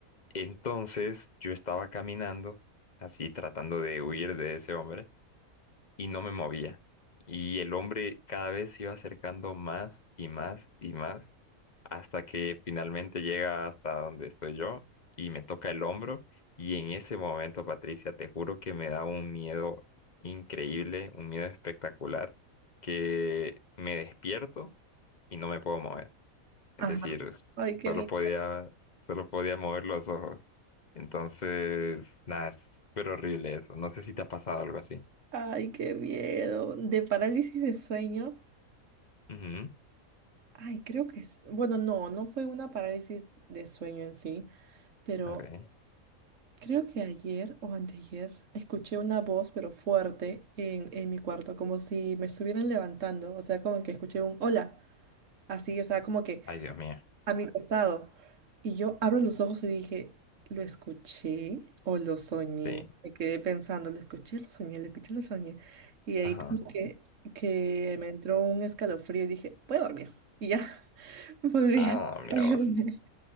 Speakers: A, on the left; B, on the right.
A: Entonces yo estaba caminando, así tratando de huir de ese hombre, y no me movía. Y el hombre cada vez se iba acercando más y más y más, hasta que finalmente llega hasta donde estoy yo y me toca el hombro. Y en ese momento, Patricia, te juro que me da un miedo increíble, un miedo espectacular, que me despierto y no me puedo mover.
B: ajá.
A: Es decir,
B: Ay, qué
A: solo
B: miedo.
A: podía, solo podía mover los ojos. Entonces, nada, es súper horrible eso. No sé si te ha pasado algo así.
B: Ay, qué miedo. De parálisis de sueño.
A: Ujú,
B: Ay, creo que es. Bueno, no, no fue una parálisis de sueño en sí, pero
A: Ok.
B: Creo que ayer o anteayer escuché una voz, pero fuerte, en, en mi cuarto, como si me estuvieran levantando, o sea, como que escuché un hola, así, o sea, como que
A: Ay, Dios mío.
B: a mi costado. Y yo abro los ojos y dije, ¿lo escuché o lo soñé?
A: Sí.
B: Me quedé pensando, ¿lo escuché, lo soñé, lo escuché, lo soñé? Y ahí
A: Ajá.
B: como que, que me entró un escalofrío y dije, voy a dormir. Y ya, <laughs> volví
A: Ah,
B: a
A: mira
B: dormirme.
A: vos.